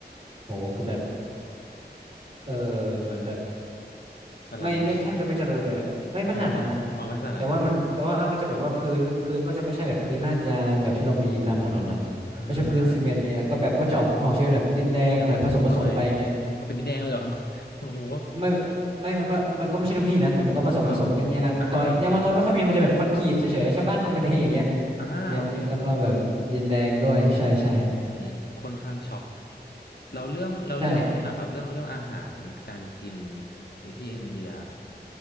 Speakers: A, on the right; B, on the left.
A: โหคือแบบเออเหมือนแบบ
B: สลัม
A: ไม่ไม่แทบจะไม่เจริญเลยอะไม่ไม่ขนาดนั้นนะ
B: <laughs> สลัมเลยนะอ๋อไม่ขนาดนั้นโอเค
A: แต่ว่ามันแต่ว่าก็จะแบบว่าพื้นพื้นก็จะไม่ใช่แบบพื้นลาดยางแบบที่เรามีตามถนนนะไม่ใช่พื้นซีเมนต์เนี้ยก็แบบก็จะออกออกจะเป็นแบบดินแดงหน่อยผสมผสมไปอย่างเงี้ย
B: อ่าครับยังมาต่อยเอาเป็นดินแดงเลยเหรอ <laughs> โอ้โห
A: ไม่ไม่มันก็มันก็ไม่ใช่ทุกที่นะแต่มันก็ผสมผสมเป็นยางมะตอยยางมะตอยไม่ค่อยมีมันจะแบบคอนกรีตเฉยๆชาวบ้านทำกันเองอย่างเงี้ย
B: ครับอ่าโอเคอ่าโอเค
A: ยางแล้วก็แบบดินแดงด้วยใช่ใช่
B: อืมค่อนข้างช็อกเราเรื่องเราเรื่องเนี่ยครับเรื่องเรื่องอาหารการกิน
A: ใช่
B: ที่อินเดีย